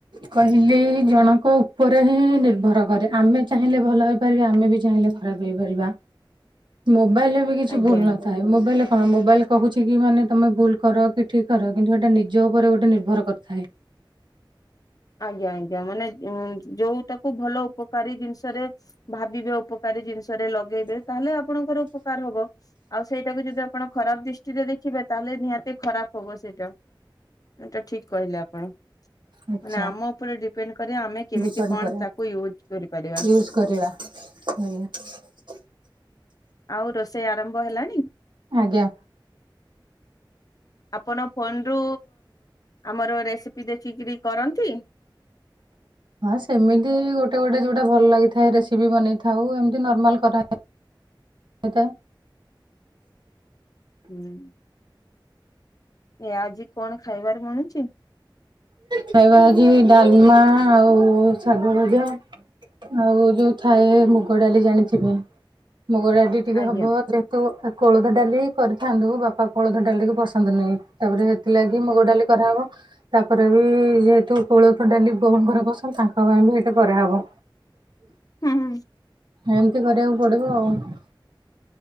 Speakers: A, on the right (about 65°); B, on the left (about 45°).
A: କହିଲି ଜଣଙ୍କ ଉପରେ ହିଁ ନିର୍ଭର କରେ ଆମେ ଚାହିଁଲେ ଭଲ ହେଇପାରିବା ଆମେ ବି ଚାହିଁ ଚାହିଁଲେ ଖରାପ ହୋଇ ପାରିବା, ମୋବାଇଲ ର କିଛି
B: ଆଜ୍ଞା
A: ବି ଭୂଲ ନଥାଏ ମୋବାଇଲ ହଁ ମୋବାଇଲ କହୁଚି କି ମାନେ ତମେ ଭୁଲ କର କି ଠିକ କର କିନ୍ତୁ ଏଇଟା ନିଜ ଉପରେ ଗୋଟେ ନିର୍ଭର କରିଥାଏ।
B: <inaudible> ଆଜ୍ଞା ଆଜ୍ଞା ମାନେ ଉ ଯୋଉଟାକୁ ଭଲ ଉପକାରୀ ଜିନିଷରେ ଭାବିବେ ଉପ ଉପକାରୀ ଜିନିଷରେ ଲଗେଇବେ ତାହେଲେ ଆପଣଙ୍କର ଉପକାର ହବ ଆଉ ସେଇଟାକୁ ଯଦି ଆ ଆପଣ ଖରାପ ଦୃଷ୍ଟିରେ ଦେଖିବେ। ତାହେଲେ ନିହାତି ଖରାପ ହବ ସେଇଟା ଏଟା ଠିକ କହିଲେ ଆପଣ।
A: ଆଚ୍ଛା
B: ମାନେ ଆମ ଉପରେ ଡିପେଣ୍ଡ କରିବା ଆମେ କେମିତି
A: ଡିପେଣ୍ଡ
B: କଣ
A: କରେ
B: ତାକୁ ୟୁଜ୍ କରିପାରିବା।
A: ୟୁଜ କରିବା ଆଜ୍ଞା।
B: ଆଉ ରୋଷେଇ ଆରମ୍ଭ ହେଲାଣି?
A: ଆଜ୍ଞା।
B: ଆପଣ ଫୋନରୁ ଆମର ରେସିପି ଦେଖିକି କରନ୍ତି? <inaudible>
A: ହଁ ସେମିତି ଗୋଟେ ଗୋଟେ ଯୋଉଟା ଭଲ ଲାଗିଥାଏ ରେସିପି ବନେଇଥାଉ ଏମିତି ନର୍ମାଲ କରାଏ। ତ।
B: ହୁଁ। ଏ ଆଜି କଣ ଖାଇବାର ବଣୁଚି?
A: ଖାଇବା ହଉଚି ଡାଲମା ଆଉ ଶାଗ ଭଜା। ଆଉ ଯୋଉ ଥାଏ ମୁଗ ଡାଲି ଜାଣିଥିବେ। ମୁଗ ଡାଲି ଟିକେ
B: ଆଜ୍ଞା।
A: ହବ ଯେହେତୁ କୋଳଥ ଡାଲି କରିଥାନ୍ତୁ ବାପା କୋଳଥ ଡାଲିିକି ପସନ୍ଦ ନାହିଁ ତାପରେ ସେଥିଲାଗି ମୁଗ ଡାଲି କରାହବ ତା ତାପରେ ବି ଯେହେତୁ କୋଳଥ ଡାଲି ବୋଉଙ୍କର ପସନ୍ଦ ତାଙ୍କ ପାଇଁ ବି ଏଇଠି କରାହେବ।
B: ଉ ହୁଁ।
A: ଏମିତି କରିବାକୁ ପଡିବ ଆଉ।